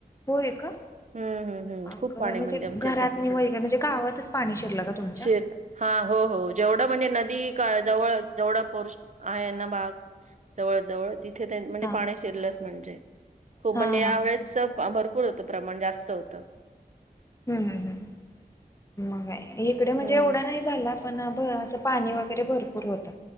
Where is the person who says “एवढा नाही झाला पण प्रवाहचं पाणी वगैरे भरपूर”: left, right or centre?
Left